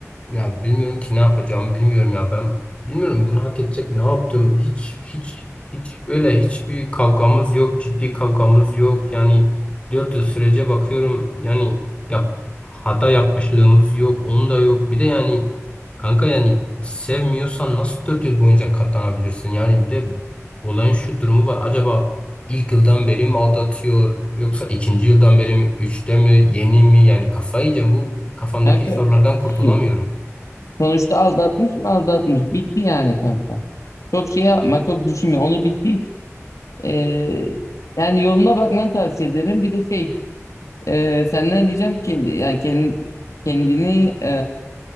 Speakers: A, on the left; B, on the left.
A: Ya bilmiyorum ki ne yapacağımı bilmiyorum ya ben bilmiyorum bunu hak edecek ne yaptım hiç hiç hiç böyle hiçbir kavgamız yok ciddi kavgamız yok yani dört yıl sürece bakıyorum yani yap, hata yapmışlığımız yok onun da yok bir de yani kanka yani sevmiyorsan nasıl dört yıl boyunca katlanabilirsin yani bir de olayın şu durumu var acaba ilk yıldan beri mi aldatıyor yoksa ikinci yıldan beri mi üçte mi yeni mi yani kafayı yiyeceğim bu kafamdaki
B: Kanka
A: sorulardan
B: önemli
A: kurtulamıyorum.
B: değil. Sonuçta aldatmış mı aldatmış. Bitti yani kanka. Çok şey yapma çok düşünme onu bir sil. Ee, yani yoluna bakmanı tavsiye ederim. Bir de şey e, senden diyeceğim ki yani kendini, kendini e,